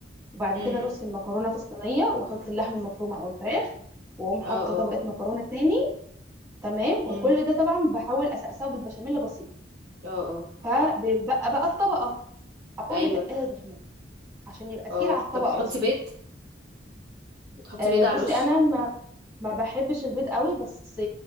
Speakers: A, on the right; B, on the right.
A: وبعد
B: مم.
A: كده ارص المكرونه في الصينيه واحط اللحم المفروم او الفراخ واقوم حاطه
B: اه
A: طبقه
B: اه
A: مكرونه تاني تمام
B: مم.
A: وكل ده طبعا بحاول اسقسه بالبشاميل بسيط
B: اه اه
A: فبيبقى بقى الطبقه اقوم
B: ايوه
A: متقله البشاميل عشان يبقى
B: اه
A: تقيل على الطبقه
B: طب بتحطي
A: بس
B: بيض بتحطي
A: أه
B: بيض على
A: بصي
B: الوش
A: انا ما ما بحبش البيض قوي بس